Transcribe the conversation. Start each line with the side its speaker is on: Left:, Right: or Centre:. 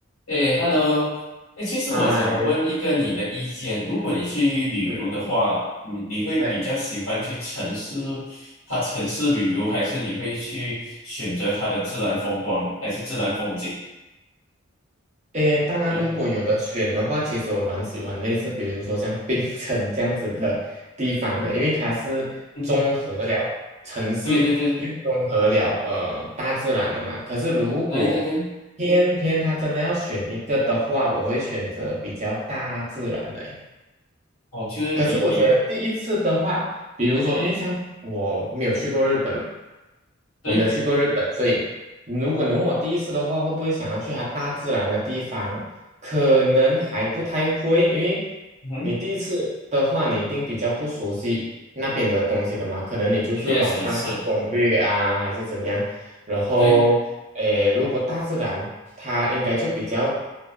Left: 哎，Hello，哎，其实我想问一个你的意见，
Right: 嗨，
Left: 如果你去旅游的话，
Right: 嗯，
Left: 你你会比较喜欢去城市，
Right: 对，
Left: 它城市旅游，还是你会去选择它的自然风光，还是自然风景？
Right: 诶，当然，
Left: 呀，
Right: 如果有的选的话，其实我蛮喜欢类似，比如说像槟城这样子的地方的，因为它是综合了城市，
Left: 嗯哼对对对
Right: 又综合了呃大自然的嘛。可是如果偏偏它真的要选一个的话，
Left: 对对对，
Right: 我会选择比较大自然的。
Left: 哦，就是你你
Right: 可是我觉得第一次的话，比如说，因为像我没有去过日本嘛，
Left: 对，
Right: 我没有去过日本，所以如果你问我第一次的话，会不会想要去它大自然的地方？可能还不太会，因为
Left: 嗯哼，
Right: 你第一次的话，你一定比较不熟悉那边的东西的嘛，可能你就是网上看攻略啊，
Left: 确实是，
Right: 还是怎样。然后，
Left: 对，
Right: 诶，如果大自然，它应该就比较，